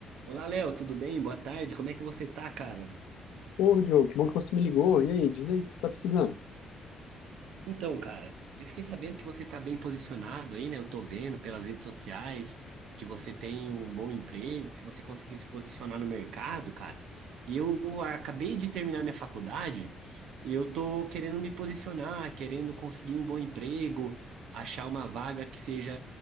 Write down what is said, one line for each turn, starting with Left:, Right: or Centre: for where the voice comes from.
Right: Olá, Léo, tudo bem? Boa tarde. Como é que você tá, cara?
Left: Ô, Diogo, que bom que você me ligou. E aí, diz aí o que você está precisando.
Right: Então, cara, eu fiquei sabendo que você tá bem posicionado aí, né? Eu tô vendo pelas redes sociais que você tem um bom emprego, que você conseguiu se posicionar no mercado, cara. E eu acabei de terminar minha faculdade e eu tô querendo me posicionar, querendo conseguir um bom emprego, achar uma vaga que seja